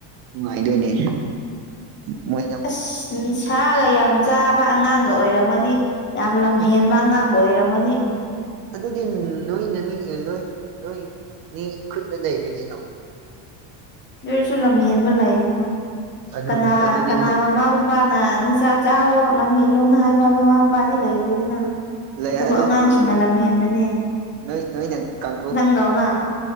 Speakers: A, on the right (about 50°); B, on the left (about 25°).
A: ꯅꯨꯉꯥꯏꯗꯣꯏꯅꯦ ꯃꯣꯏꯅ
B: ꯑꯁ ꯅꯤꯁꯥꯒ ꯌꯥꯝ ꯆꯥꯕ ꯑꯉꯥꯡꯒ ꯑꯣꯏꯔꯝꯃꯗꯤ ꯌꯥꯝ ꯂꯝ
A: ꯑꯦ
B: ꯍꯦꯟꯕ ꯑꯉꯥꯡ ꯑꯣꯏꯔꯝꯃꯗꯤ ꯎꯝ
A: ꯑꯗꯨꯗꯤ ꯅꯣꯏꯅꯅꯤ ꯑꯦ ꯅꯣꯏ ꯅꯣꯏ ꯅꯤ ꯈꯨꯠꯇ ꯂꯩꯔꯦ ꯀꯩꯅꯣ
B: ꯑꯗꯨꯑꯣꯏꯔꯁꯨ ꯂꯝꯍꯦꯟꯕ ꯂꯩꯗꯅ
A: ꯑꯗꯨ
B: ꯀꯅꯥ
A: ꯑꯗꯨꯗꯤ
B: ꯀꯅꯥ ꯃꯃꯥ ꯄꯥꯅ ꯅꯤꯁꯥ ꯆꯥꯎꯋꯣ ꯂꯝꯍꯦꯜꯂꯣꯅ ꯍꯥꯏꯕ ꯃꯃꯥ ꯃꯄꯥꯗꯤ ꯂꯩꯔꯣꯏꯗꯅ
A: ꯂꯩ
B: ꯑꯗꯨꯕꯨ
A: ꯑꯗꯨ
B: ꯑꯉꯥꯡꯁꯤꯡꯅ
A: ꯅꯣꯏꯅ
B: ꯂꯝ ꯍꯦꯟꯕꯅꯦ
A: ꯅꯣꯏ ꯅꯣꯏꯅ ꯀꯟꯇ꯭ꯔꯣꯜ
B: ꯅꯪꯗꯧꯅ